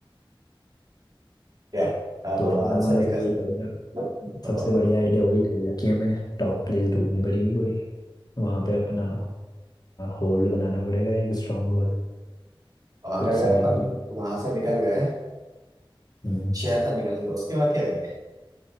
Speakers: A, on the right; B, on the left.
A: यार आप
B: तो
A: आवाज
B: फिर हमारा
A: से निकल
B: सबसे बढ़िया
A: बताओ
B: सबसे
A: बताओ।
B: बढ़िया आइडिया वही रहेगा कि हमें टॉप प्लेस ढूंढनी पड़ेगी कोई वहां पे अपना होल्ड बनाना पड़ेगा एक स्ट्रांग होल्ड
A: और
B: कुछ
A: अगर
B: समय
A: अपन
B: के लिए
A: वहां से निकल गए
B: हम्म
A: शहर से निकल गए उसके बाद क्या करेंगे